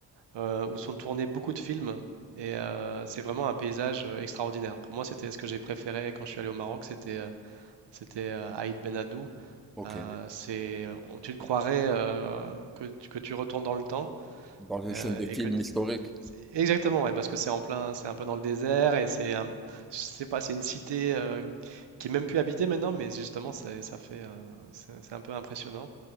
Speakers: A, on the right (about 85°); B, in the centre.
A: euh, où sont tournés beaucoup de films. Et euh, c'est vraiment un paysage euh, extraordinaire. Pour moi, c'était ce que j'ai préféré quand je suis allé au Maroc, c'était euh, c'était euh, Aït Ben Haddou.
B: Ok.
A: Euh, c'est, on- tu te croirais euh, que, tu- que tu retournes dans le temps
B: Dans une
A: euh,
B: scène de film
A: et que
B: historique.
A: c'est- Exactement, ouais, parce que c'est en plein, c'est un peu dans le désert et c'est un, je sais pas, c'est une cité euh, qui est même plus habitée maintenant, mais justement, c'est- ça fait, euh, c'est c'est un peu impressionnant.